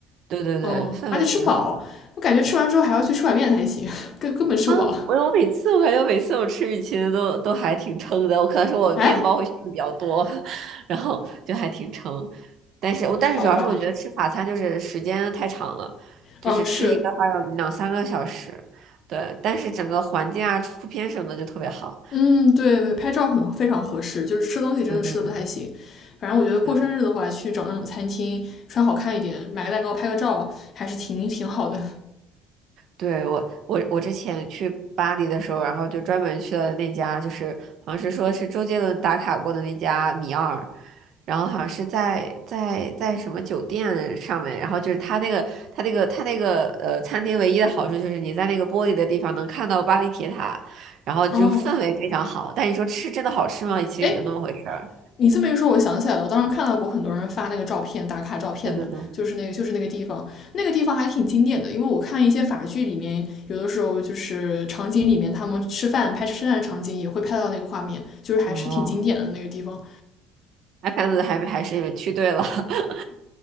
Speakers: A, on the right; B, on the left.
A: 对对对，
B: 嗯，
A: 氛围挺好的
B: 而且吃饱，我感觉吃完之后还要去吃碗面才行，<laughs> 根根本吃不饱。
A: 啊！我我每次我感觉我每次我吃米其林都都还挺撑的，我可能是我面包会吃的比较多，
B: 哎，
A: <laughs> 然后就还挺撑。但是我但是主要是我觉得吃法餐就是时间太长了，
B: 好吧，
A: 就是吃一个话要两三个小时。
B: 嗯，是
A: 对，但是整个环境啊、出片什么的就特别好。
B: 嗯，对对，拍照很非常合适，就是吃东西真的吃的不太行。
A: 对对对
B: 反正我觉得过生日的话，
A: 对。
B: 去找那种餐厅，穿好看一点，买个蛋糕，拍个照，还是挺挺好的。
A: 对，我，我我之前去巴黎的时候，然后就专门去了那家，就是好像是说是周杰伦打卡过的那家米二，然后好像是在在在什么酒店上面，然后就是他那个他那个他那个呃餐厅唯一的好处就是你在那个玻璃的地方能看到巴黎铁塔，然后就氛围非常好。
B: 哦，
A: 但你说吃真的好吃吗？
B: <laughs>
A: 其实也就那么回事儿。
B: 哎，你这么一说，我想起来了，我当时看到过很多人发那个照片，打卡照片的，
A: 对对对，
B: 就是那个就是那个地方，那个地方还挺经典的，因为我看一些法剧里面，有的时候就是场景里面他们吃饭拍吃饭的场景也会拍到那个画面，就是还是挺经典的那个地方。
A: 哦，那看来还还是你们去对了。<laughs>